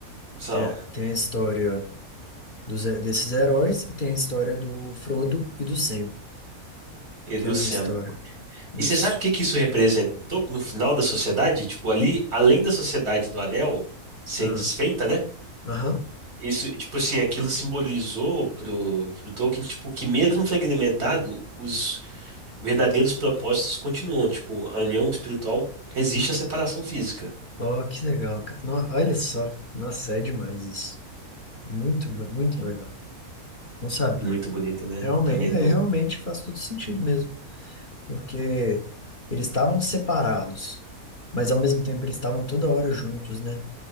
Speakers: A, on the right (about 85°); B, on the left (about 35°).
A: São.
B: Tem, a- tem a história dos, he- desses heróis e tem a história do Frodo e do Sam,
A: E
B: que
A: do
B: é uma
A: Sam.
B: história. Isso.
A: E você sabe o que que isso representou no final da sociedade? Tipo, ali, além da sociedade do anel ser
B: Ah,
A: desfeita, né?
B: Aham.
A: Isso, tipo assim, aquilo simbolizou pro, pro Tolkien, tipo, que mesmo fragmentado, os verdadeiros propósitos continuam. Tipo, a união espiritual resiste à separação física.
B: Ó, que legal, cara. No- olha só. Nossa, é demais isso. Muito, muito legal. Não sabia.
A: Muito bonito, né?
B: Realmente,
A: Também não...
B: é, realmente faz todo sentido mesmo, porque eles estavam separados, mas ao mesmo tempo eles estavam toda hora juntos, né?